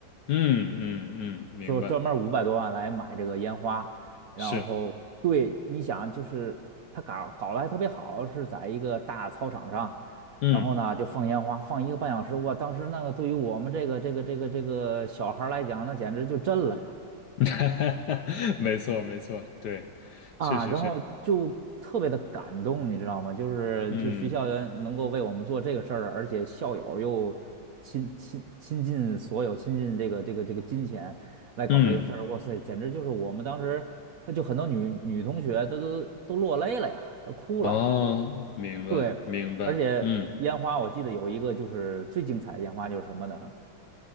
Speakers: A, on the left (about 65°); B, on the right (about 60°).
A: 嗯嗯嗯，明白，
B: 说专门五百多万来买这个烟花，然后对，
A: 是，
B: 你想就是他搞搞得还特别好，是在一个大操场上，
A: 嗯，
B: 然后呢就放烟花，放一个半小时，哇，当时那个对于我们这个这个这个这个小孩儿来讲，那简直就震了呀。
A: <laughs> 没错没错，对，
B: 啊，
A: 确实是，
B: 然后就特别的感动，你知道吗？就是就学校园能够为我们做这个事儿，
A: 嗯
B: 而且校友又亲亲亲近所有，亲近这个这个这个金钱来搞这个事儿，
A: 嗯，
B: 哇塞，简直就是我们当时就很多女女同学都都都落泪了呀，都哭了。
A: 哦，明白明白，
B: 对，而且烟花我记得有一个就是最精彩的烟花就是什么呢？
A: 嗯，